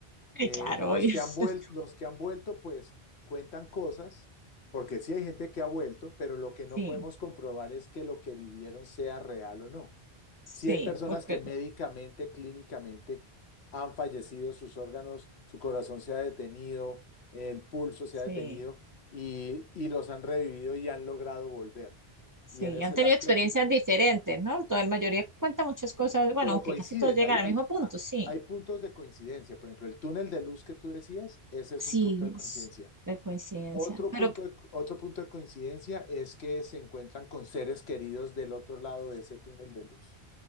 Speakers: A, on the right (about 20°); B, on the left (about 85°).
A: Sí,
B: Eh,
A: claro,
B: los
A: obvio.
B: que han vuelto,
A: <laughs>
B: los que han vuelto, pues cuentan cosas, porque sí hay gente que ha vuelto, pero lo que
A: Sí,
B: no podemos comprobar es que lo que vivieron sea real o no.
A: sí,
B: Sí hay personas
A: porque
B: que médicamente, clínicamente han fallecido, sus órganos, su corazón se ha detenido, el pulso se
A: sí,
B: ha detenido y, y los han revivido y han logrado volver.
A: sí,
B: Y en ese
A: han tenido
B: lapso
A: experiencias
B: de tiempo,
A: diferentes, ¿no? Toda la mayoría cuenta muchas cosas, bueno,
B: pero
A: aunque
B: coinciden,
A: casi todos llegan
B: hay,
A: al
B: hay,
A: mismo punto,
B: a-
A: sí,
B: hay puntos de coincidencia. Por ejemplo, el túnel de luz que tú decías, ese es
A: sí,
B: un punto de coincidencia.
A: es de coincidencia,
B: Otro
A: pero
B: punto de, otro punto de coincidencia es que se encuentran con seres queridos del otro lado de ese túnel de luz.